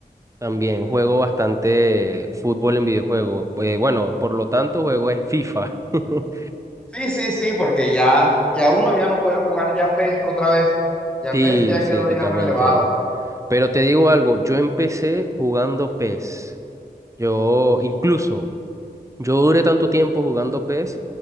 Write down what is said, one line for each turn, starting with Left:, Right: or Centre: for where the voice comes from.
Right: También juego bastante fútbol en videojuego. Eh, bueno, por lo tanto, juego es FIFA. <laughs>
Centre: Sí, sí, sí, porque ya, ya uno ya no puede jugar ya PES otra vez. Ya
Right: Sí,
Centre: PES ya
Right: sí,
Centre: quedó
Right: totalmente.
Centre: ya relevado.
Right: Pero te digo algo, yo empecé jugando PES. Yo incluso, yo duré tanto tiempo jugando PES